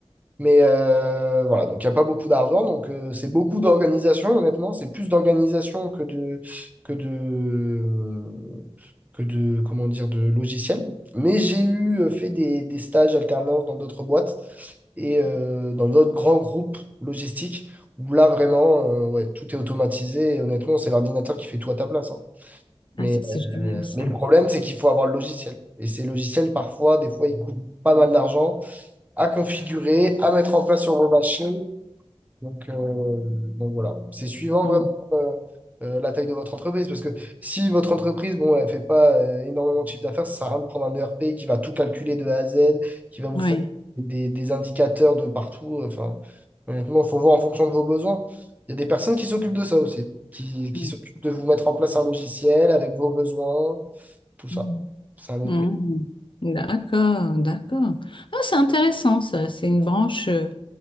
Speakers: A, on the right; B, on the left.
A: Mais euh, voilà, donc il n'y a pas beaucoup d'argent, donc euh, c'est beaucoup d'organisation, honnêtement, c'est plus d'organisation que de, que de, que de, comment dire, de logiciel. Mais j'ai eu euh, fait des, des stages alternance dans d'autres boîtes et euh, dans d'autres grands groupes logistiques où là, vraiment, euh, ouais, tout est automatisé et honnêtement, c'est l'ordinateur qui fait tout à ta place. hein. Mais,
B: Ah, ça, c'est génial,
A: euh,
B: ça.
A: mais le problème, c'est qu'il faut avoir le logiciel. Et ces logiciels, parfois, des fois, ils coûtent pas mal d'argent à configurer, à mettre en place sur vos machines. Donc, euh, donc voilà, c'est suivant
B: Mm.
A: vraiment euh, euh, la taille de votre entreprise, parce que si votre entreprise, bon, elle fait pas euh, énormément de chiffre d'affaires, ça sert à rien de prendre un ERP qui va tout calculer de A à Z, qui va vous
B: Ouais.
A: faire des, des indicateurs de partout. Enfin, honnêtement, il faut voir en fonction de vos besoins. Il y a des personnes qui s'occupent de ça aussi, qui, qui
B: Mm.
A: s'occupent de vous mettre en place un logiciel avec vos besoins, tout ça.
B: Mm.
A: C'est un autre
B: Mm.
A: métier.
B: D'accord, d'accord. Ah, c'est intéressant, ça. C'est une branche. euh,